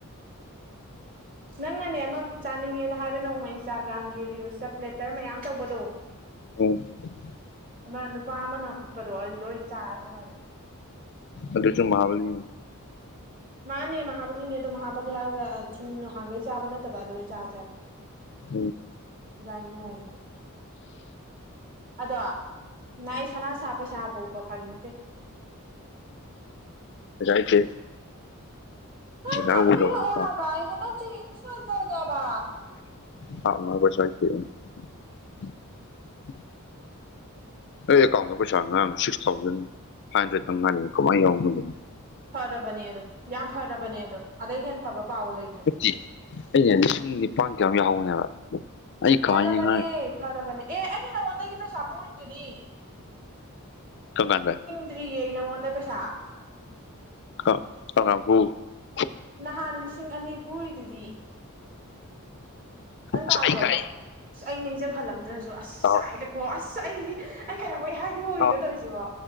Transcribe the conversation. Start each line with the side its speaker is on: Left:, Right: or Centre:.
Right: <inaudible> ꯅꯪꯅꯅꯦ ꯑꯃ ꯆꯥꯅꯤꯡꯉꯦꯅ ꯍꯥꯏꯕ ꯅꯣꯡꯃ ꯏꯟꯁꯇꯥꯒ꯭ꯔꯥꯝꯒꯤ ꯔꯤꯜꯁꯇ ꯄ꯭ꯂꯦꯇꯔ ꯃꯌꯥꯝ ꯇꯧꯕꯗꯣ
Left: <inaudible>
Right: ꯑꯃ ꯅꯨꯄꯥ ꯑꯃꯅ ꯎꯠꯄꯗꯣ ꯑꯗꯨꯗ ꯑꯣꯏꯅ ꯆꯥꯔꯁꯦ ꯅꯣꯡꯃ
Left: ꯑꯗꯨꯁꯨ ꯃꯍꯥꯕꯥꯂꯤ
Right: ꯃꯥꯅꯦ ꯃꯍꯥꯕꯂꯤꯅꯦ ꯑꯗꯣ ꯃꯍꯥꯕꯂꯤ ꯍꯥꯏꯔꯒ ꯁꯨꯝ ꯅꯍꯥꯡꯒꯩ ꯆꯥꯕ ꯅꯠꯇꯕ ꯑꯗꯨꯗ ꯑꯣꯏꯅ ꯆꯥꯁꯦ ꯍꯥꯏꯕ
Left: ꯎꯝ
Right: ꯏꯕꯥꯏꯅꯤ ꯅꯣꯡꯃ ꯑꯗꯣ ꯉꯪ ꯑꯩ ꯁꯅꯥ ꯁꯥꯕ ꯄꯩꯁꯥ ꯍꯥꯞꯄꯣꯀꯣ ꯐꯥꯒꯤ ꯅꯠꯇꯦ <inaudible>
Left: ꯄꯩꯁꯥ ꯂꯩꯇꯦ
Right: ꯈꯔ
Left: <unintelligible>
Right: ꯍꯥꯞꯄꯤꯔꯛꯑꯣ ꯍꯥꯏꯕ <unintelligible>
Left: <unintelligible>
Right: <inaudible>
Left: ꯑꯩ ꯑꯦꯀꯥꯎꯟꯗ ꯄꯩꯁꯥ ꯉꯔꯥꯡ ꯁꯤꯛꯁ ꯊꯥꯎꯖꯟ ꯐꯥꯏꯚ ꯍꯟꯗ꯭ꯔꯦꯗꯇꯪ ꯉꯥꯏꯂꯩꯔꯝꯃꯤ ꯀꯃꯥꯏꯅ ꯌꯥꯎꯔꯝꯗꯔ꯭ꯤꯅꯣ
Right: ꯐꯔꯕꯅꯦ ꯑꯗꯣ ꯌꯥꯝ ꯐꯔꯕꯅꯦ ꯑꯗꯣ ꯑꯗꯩ ꯍꯦꯝ ꯐꯕ ꯄꯥꯎ ꯂꯩꯇ꯭ꯔꯦ
Left: ꯐꯠꯇꯤ ꯑꯩꯅ ꯂꯤꯁꯤꯡ ꯅꯤꯄꯥꯟ ꯀꯌꯥꯝ ꯌꯥꯎꯍꯧꯕꯅꯦꯕ ꯑꯩ
Right: ꯐꯔꯕꯅꯦ
Left: ꯀꯃꯥꯏꯅ ꯉꯥꯏ
Right: ꯐꯔꯕꯅꯦ ꯑꯦ ꯑꯩꯅ ꯅꯉꯣꯟꯗꯒꯤ ꯄꯩꯁꯥ ꯄꯨꯔꯤꯗꯨꯗꯤ
Left: ꯀꯔꯝ ꯀꯥꯟꯗ
Right: ꯗ꯭ꯔꯤꯌꯦ ꯑꯩ ꯅꯉꯣꯟꯗ ꯄꯩꯁꯥ
Left: <unintelligible>
Right: ꯅꯍꯥꯟ ꯂꯤꯁꯤꯡ ꯑꯅꯤ ꯄꯨꯔꯤꯗꯨꯗꯤ ꯅꯪ
Left: ꯑꯁ
Right: ꯀꯥꯎꯈꯔ꯭ꯕꯣ
Left: ꯑꯩ ꯈꯥꯏ
Right: ꯑꯁ ꯑꯩ ꯅꯤꯡꯖꯪꯍꯜꯂꯝꯗ꯭ꯔꯁꯨ ꯑꯁ
Left: ꯇꯥꯎ
Right: ꯆꯥꯛꯑꯦꯗꯀꯣ ꯑꯁ ꯑꯩꯗꯤ ꯑꯩ ꯀꯩꯗꯧꯕꯒꯤ ꯍꯥꯏꯗꯣꯛꯎꯏꯅꯣ
Left: ꯇꯥꯎ
Right: ꯇꯧꯔꯤꯁꯤꯕꯣ